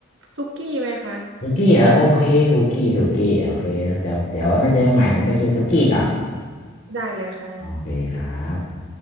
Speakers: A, on the right; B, on the left.
A: ซุกี้ไหมคะ
B: สุกี้เหรอโอเคสุกี้สุกี้โอเคแล้วเดี๋ยวเดี๋ยวไว้มาเจอกันใหม่ผมไปกินสุกี้ก่อน
A: ได้เลยค่ะ
B: โอเคครับ